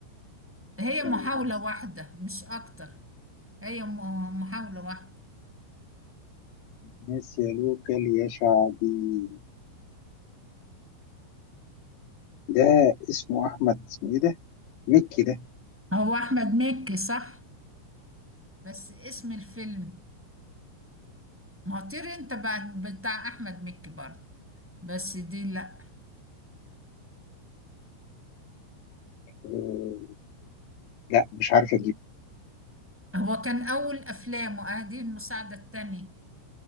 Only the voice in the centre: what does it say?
هي
محاولة واحدة مش اكتر هي م- محاولة واحدة
هو احمد مكي صح بس اسم الفيلم مطير انت بعد بتاع احمد مكي برضه بس دي لا
هو كان اول افلامه اه دي المساعدة التانية